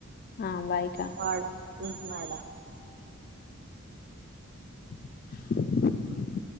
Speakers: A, on the left; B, on the right.
A: ஆ பாய்க்கா
B: பாய்டா ம் பாய்டா ம் பாய்டா
A: ம்